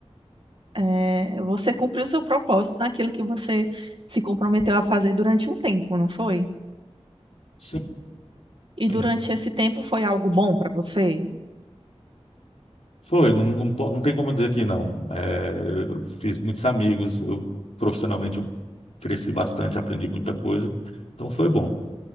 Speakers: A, on the right (about 55°); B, on the left (about 80°).
A: É, você cumpriu seu propósito naquilo que você se comprometeu a fazer durante um tempo, não foi?
B: sim,
A: E
B: sim.
A: durante esse tempo foi algo bom para você?
B: foi, não, não, po- não tem como dizer que não. É, eu fiz muitos amigos, eu profissionalmente eu cresci bastante, aprendi muita coisa, então foi bom.